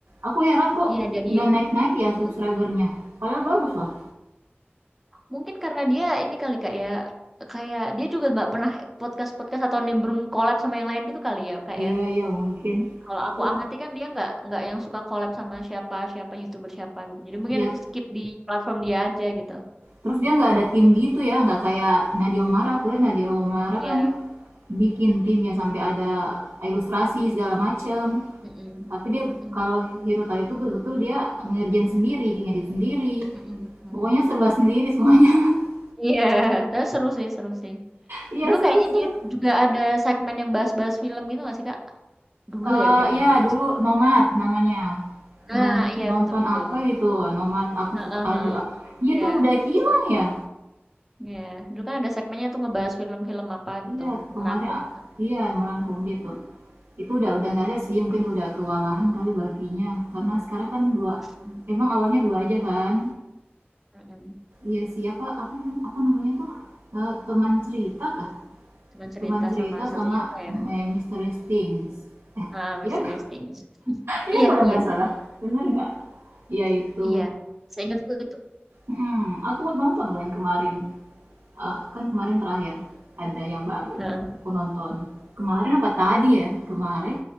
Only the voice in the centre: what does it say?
Iya dari
mhm,
mungkin karena dia ini kali, Kak, ya, kayak dia juga nggak pernah podcast-podcast atau nimbrung collab sama yang lain gitu kali ya, Kak,
ya?
Kalau aku
amati kan dia nggak nggak yang suka collab sama siapa siapa YouTuber siapa gitu. Jadi mungkin
skip di platform dia aja gitu.
Iya.
Mhm.
Mhm.
Mhm mhm.
Iya, <laughs> tapi seru sih seru sih.
Dulu
kayaknya dia juga ada segmen yang bahas-bahas film gitu nggak sih, Kak? Dulu
ya kayaknya.
Kalau
sekarang
nah,
iya
betul itu.
Heeh
heeh.
Iya.
Iya. Dulu kan ada segmennya tuh ngebahas film-film apa gitu,
ngerangkum
gitu.
Mhm.
Mhm.
Cuman cerita
sama satunya
apa ya?
Ah Mysterious
Things.
Iya
iya.
Iya, seingatku itu.
Heeh.